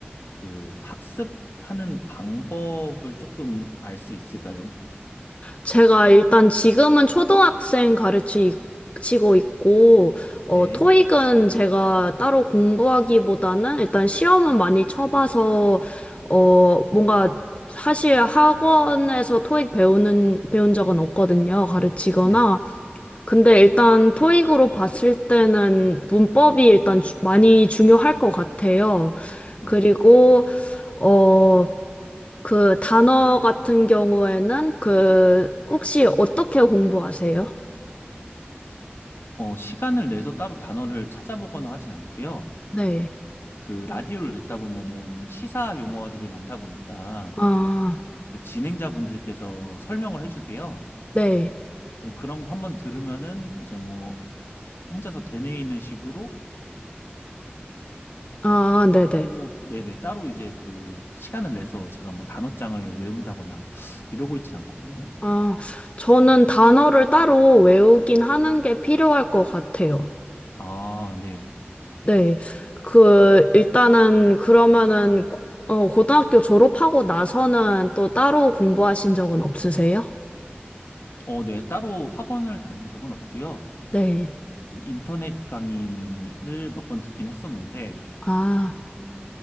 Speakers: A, on the left; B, on the left.
A: 그 학습하는 방법을 조금 알 수 있을까요?
B: 제가 일단 지금은 초등학생 가르치고 있고, 어,
A: 네,
B: 토익은 제가 따로 공부하기보다는 일단 시험은 많이 쳐봐서, 어, 뭔가 사실 학원에서 토익 배우는, 배운 적은 없거든요. 가르치거나.
A: 네,
B: 근데 일단 토익으로 봤을 때는 문법이 일단 주- 많이 중요할 것 같아요.
A: 네.
B: 그리고 어, 그 단어 같은 경우에는 그 혹시 어떻게 공부하세요?
A: 어, 시간을 내서 따로 단어를 찾아보거나 하진 않고요.
B: 네.
A: 그 라디오를 듣다 보면은 시사 용어들이 많다 보니까
B: 아,
A: 그 진행자분들께서 설명을 해주세요.
B: 네.
A: 그럼 그런 거 한번 들으면은 이제 뭐 혼자서 되뇌이는 식으로
B: 아,
A: 하고,
B: 네네.
A: 네네, 따로 이제 그 시간을 내서 제가 뭐 단어장을 외운다거나 이러고 있진 않거든요.
B: 아, 저는 단어를 따로 외우긴 하는 게 필요할 것 같아요.
A: 아, 네.
B: 네. 그, 일단은 그러면은, 고- 어, 고등학교 졸업하고 나서는 또 따로 공부하신 적은 없으세요?
A: 어, 네. 따로 학원을 다닌 적은 없고요.
B: 네.
A: 그 인터넷 강의를 몇 번 듣긴 했었는데,
B: 아.